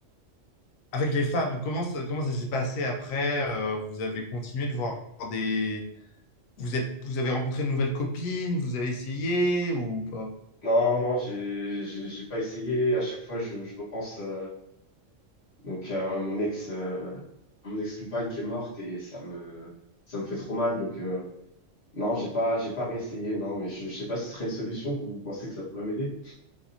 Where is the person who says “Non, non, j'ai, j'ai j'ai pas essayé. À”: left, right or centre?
Left